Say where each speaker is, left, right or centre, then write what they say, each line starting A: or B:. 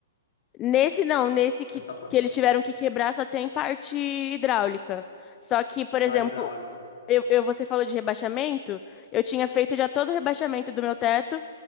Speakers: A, on the left; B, on the left.
A: Nesse não, nesse que,
B: Essa parte.
A: que eles tiveram que quebrar só tem parte hidráulica. Só que, por exemplo,
B: A hidráulica.
A: eu, eu- você falou de rebaixamento, eu tinha feito já todo o rebaixamento do meu teto,